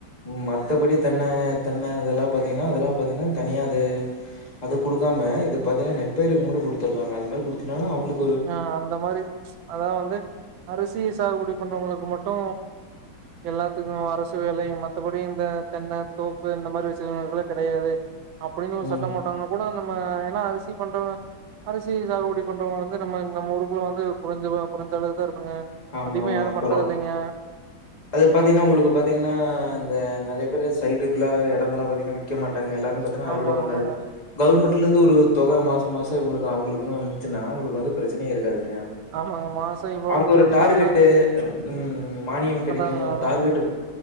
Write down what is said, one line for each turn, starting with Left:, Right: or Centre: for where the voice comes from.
Left: ம் மத்தபடி தென்ன தென்ன அதெல்லா பாத்தீங்கனா அதெல்லா பாத்தீங்கனா தனியா அது அத குடுக்காம இது பாத்தீங்கனா நெட்பயருக்கு மட்டு குடுக் தெர்லங்க அது மாரி குடுத்துட்டாங்கனா அவுங்குளுக்
Right: யா அந்த மாரி அதா வந்து அரிசி சாகுபடிப் பண்றவங்களுக்கு மட்டோ எல்லாத்துக்கோ அரசு வேலை மத்தபடி இந்த தென்ன தோப்பு இந்த மாரி விசயங்களுக்கு கெடையாது அப்டின்னு ஒரு
Left: ம்.
Right: சட்டம் போட்டாங்கன்னா கூட நம்ம ஏனா அரிஸ் தி பண்றவங்க அரசியல் சாகுபடி பண்றவங்க வந்து இது நம்ம நம்ம ஊருக்குள்ள வந்து குறஞ்சவ குறஞ்சளவுதா இருப் அங்க
Left: ஆமாமா.
Right: அதிகமா யாரோ
Left: அப்புறம்
Right: பண்றதில்லைங்க
Left: அது பாத்தீங்கன்னா உங்குளுக்கு பாத்தீங்கன்னா இந்த நறைய பேரு சைட்டுக்குலா எடம்லா பாத்தீங்கனா விக்க மாட் டங் எல்லாரு பாத்தீனா அறுவட
Right: ஆமா
Left: பண்ணக்கு
Right: ஆமாங்க
Left: கவர்மெண்ட் இதலருந்து ஒரு தொக மாசோ மாசோ இங்களுக்கு அவுங்களுக்கு வந்துச்சுன்னா உங்ளுக்கு வந்து பிரச்சனையே இருக்காது யஅம்
Right: ஆமாங்க மாசோ இவ்ளோன்னு
Left: அவுங்க
Right: குடுத்துட்டாங்கன்னா
Left: ஒரு டார்கெட்டு ம் ம்ம் மானியன் கிடைக்
Right: அதாங்க
Left: மூணு
Right: அதாங்க
Left: டார்கெட்ப்